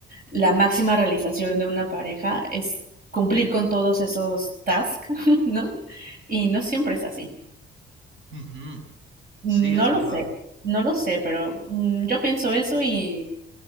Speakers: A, on the right (about 45°); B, on the right (about 75°).
A: la máxima realización de una pareja es cumplir con todos esos tasks, <laughs> ¿no? Y no siempre es así.
B: ujú.
A: No
B: Sí, es verdad.
A: lo sé, no lo sé, pero mm, yo pienso eso y